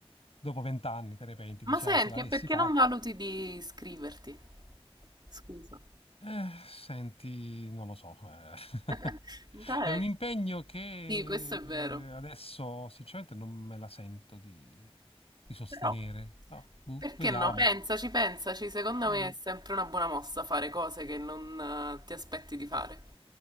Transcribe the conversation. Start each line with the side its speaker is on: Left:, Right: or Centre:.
Left: dopo vent'anni, te ne penti,
Right: Ma
Left: dici,
Right: senti,
Left: "Ah, se l'avessi
Right: e perché
Left: fatto.
Right: non valuti di iscriverti? Scusa.
Left: Eh, senti, non lo so. eh. <laughs>
Right: <laughs> Dai,
Left: È un impegno che
Right: sì, questo è
Left: eh,
Right: vero.
Left: adesso sinceramente non me la sento di, di sostenere.
Right: Però
Left: No, boh,
Right: Perché
Left: vediamo.
Right: no? Pensaci, pensaci, secondo
Left: Mm.
Right: me è sempre una buona mossa fare cose che non eh, ti aspetti di fare.